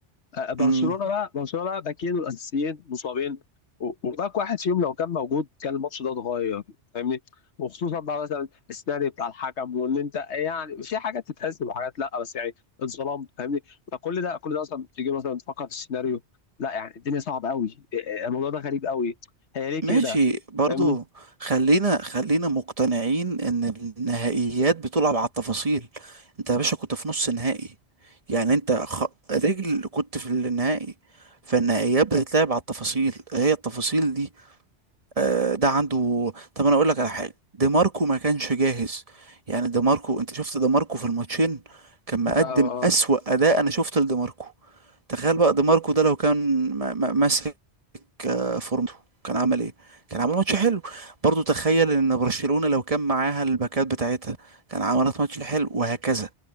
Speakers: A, on the left; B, on the right.
A: آه، آه، برشلونه
B: امم
A: بقى برشلونه بقى باكين الاساسيين مصابين و- وباك واحد فيهم لو كان موجود كان الماتش ده اتغير فاهمني وخصوصا بقى مثلا السيناريو بتاع الحكم وان انت يعني في حاجات تتحسب وحاجات لا بس يعني اتظلمت فاهمني فكل ده كل ده اصلا تيجي مثلا تفكر في السيناريو لا يعني الدنيا صعبه قوي الموضوع ده غريب قوي هي ليه كده
B: ماشي برضو
A: فاهمني
B: خلينا خلينا مقتنعين ان النهائيات بتلعب على التفاصيل انت يا باشا كنت في نص نهائي يعني انت خ... رجل كنت في النهائي فالنهائيات بتتلعب على التفاصيل هي التفاصيل دي آه ده عنده طب انا اقول لك على حاجه دي ماركو ما كانش جاهز يعني دي ماركو انت شفت دي ماركو في الماتشين كان مقدم
A: ف- آه،
B: اسوأ اداء انا شفت لدي ماركو تخيل بقى دي ماركو ده لو كان م- م- ماسك آه، فورمته كان عمل ايه كان عمل ماتش حلو برضو تخيل ان برشلونة لو كان معاها الباكات بتاعتها كان عملت ماتش حلو وهكذا